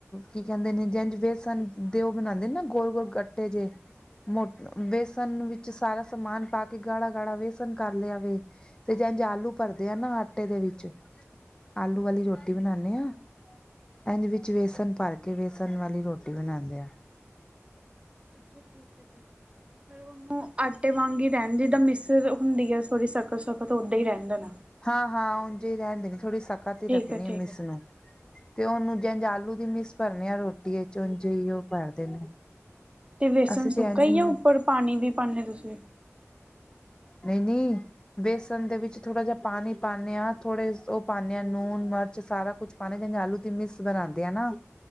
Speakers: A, on the left; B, on the right.
A: ਕੀ ਕਹਿੰਦੇ ਨੇ ਇੰਜ ਬੇਸਣ ਦੇ ਉਹ ਬਣਾਉਂਦੇ ਨੇ ਨਾ ਗੋਲ ਗੋਲ ਗੱਟੇ ਜੇਹੇ।
B: ਅੱਛਾ ਜੀ। <unintelligible>
A: ਮੋ ਵੇਸਨ ਵਿੱਚ ਸਾਰਾ ਸਮਾਨ ਪਾ ਕੇ ਗਾੜਾ -ਗਾੜਾ ਵੇਸਨ ਕਰ ਲਿਆਵੇ। ਤੇ ਜਿੱਦਾਂ ਆਲੂ ਭਰਦੇ ਆ ਨਾ ਆਟੇ ਦੇ ਵਿੱਚ ਆਲੂ ਵਾਲੀ ਰੋਟੀ
B: ਹਾਂਜੀ
A: ਬਣਾਉਦੇ
B: ਹਾਂਜੀ
A: ਆ। ਇੰਝ ਵਿੱਚ ਵੇਸਣ ਭਰਕੇ ਵੇਸਣ ਵਾਲੀ ਰੋਟੀ ਬਣਾਉਂਦੇ ਆ
B: ਅੱਛਾ ਠੀਕ ਹੈ ਠੀਕ ਹੈ ਫੇਰ ਉਹਨੂੰ ਆਟੇ ਵਾਂਗ ਹੀ ਰਹਿਣ ਦਈਦਾ ਮਿਸ ਫਿਰ ਹੁੰਦੀ ਆ ਥੋੜ੍ਹੀ ਸਖਤ-ਸਖਤ ਉੱਦਾਂ ਹੀ ਰਹਿਣ ਦੇਣਾ
A: ਹਾਂ ਹਾਂ ਉਂਝੇ ਕਹਿੰਦੇ ਨੇ ਥੋੜ੍ਹਾ ਸਖਤ ਹੀ
B: ਠੀਕ
A: ਰੱਖਣੀ
B: ਹੈ ਠੀਕ
A: ਆ ਮਿਸ
B: ਹੈ
A: ਨੂੰ। ਤੇ ਉਹਨੂੰ ਜਿੰਜ ਆਲੂ ਦੀ ਮਿਸ ਭਰਦੇ ਆ ਰੋਟੀ ਵਿੱਚ ਉੰਝ ਹੀ ਉਹ ਭਰਦੇ ਨੇ
B: ਤੇ ਬੇਸਨ
A: ਅਸੀਂ
B: ਸੁੱਕਾ
A: ਤੇ ਇੰਝ
B: ਹੀ ਆ ਉੱਪਰ ਪਾਣੀ ਵੀ ਪਾਦੇ ਹੋ ਤੁਸੀਂ
A: ਨਹੀਂ ਨਹੀਂ ਬੇਸਨ ਦੇ ਵਿੱਚ ਥੋੜ੍ਹਾ ਜਿਹਾ ਪਾਣੀ ਪਾਉਂਦੇ ਹਾਂ ਥੋੜੇ ਉਹ ਪਾਉਂਦੇ ਹਾਂ ਲੂਣ ਮਿਰਚ ਸਾਰਾ ਕੁਛ ਪਾਣੇ ਜਿਵੇਂ ਆਲੂ ਦੀ ਮਿਸ ਬਣਾਉਂਦੇ ਆ ਨਾ